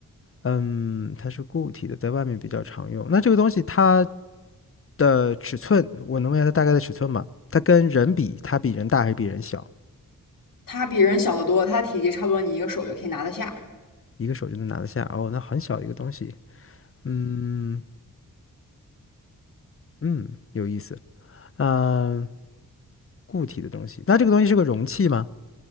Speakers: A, on the left (about 35°); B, on the left (about 60°).
A: 嗯，它是固体的，在外面比较常用。那这个东西它的尺寸，我能问一下它大概的尺寸吗？它跟人比，它比人大还是比人小？
B: 它比人小得多，它的体积差不多你一个手就可以拿得下。
A: 一个手就能拿得下哦，那很小一个东西。嗯嗯，有意思。嗯、固体的东西，那这个东西是个容器吗？